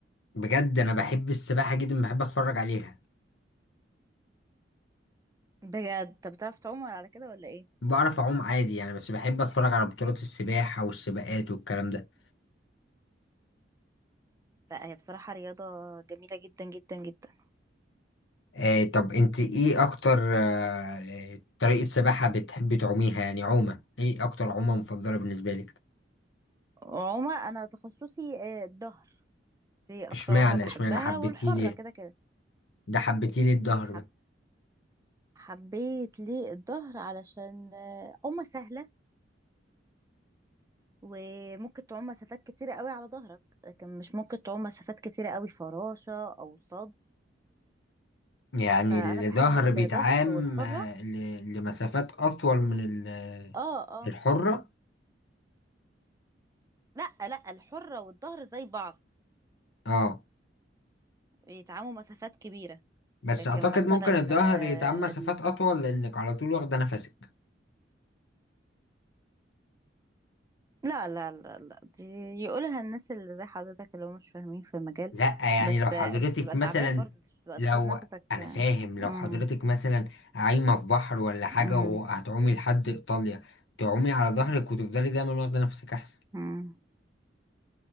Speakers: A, on the left (about 90°); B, on the right (about 20°).
A: بجد انا بحب السباحة جدا بحب اتفرج عليها
B: بجد طب بتعرف تعوم ولا على كده ولا ايه
A: بعرف اعوم عادي يعني بس بحب اتفرج على بطولات السباحة والسباقات والكلام ده
B: لا هي بصراحة رياضة جميلة جدا جدا جدا
A: آه طب انت ايه اكتر آه طريقة سباحة بتحبي تعوميها يعني عومة ايه اكتر عومة مفضلة بالنسبة لك
B: عومة انا تخصصي آه الظهر دي
A: اشمعنى
B: اكتر عومة بحبها
A: اشمعنى حبيتيه
B: والحرة
A: ليه
B: كده كده
A: ده حبيتيه ليه الظهر
B: حب حبيت ليه الظهر علشان آه عومة سهلة وممكن تعوم مسافات كتيرة قوي على ظهرك لكن مش ممكن تعوم مسافات كتيرة قوي فراشة او صدر
A: يعني
B: فانا بحب
A: الظهر
B: الظهر
A: بيتعام
B: والحرة
A: آه، ل- لمسافات أطول من ال-
B: اه اه
A: الحرة
B: لا لا الحرة والظهر زي بعض
A: اه
B: بيتعاموا مسافات كبيرة
A: بس
B: لكن
A: أعتقد
B: مثلا
A: ممكن الظهر
B: آه،
A: يتعام مسافات
B: ال...
A: أطول لأنك على طول واخدة نفسك
B: لا لا لا لا دي يقولها الناس اللي زي حضرتك اللي هم مش فاهمين في المجال
A: لأ يعني
B: بس
A: لو حضرتك
B: آه، انت بتبقى
A: مثلا
B: تعبان برضه انت مش بتبقى
A: لو
B: تاخد نفسك
A: أنا
B: آه،
A: فاهم لو
B: مم.
A: حضرتك مثلا عايمة في بحر ولا حاجة
B: مم.
A: وهتعومي لحد إيطاليا تعومي على ظهرك وتفضلي دايما واخدة نفسك أحسن
B: مم.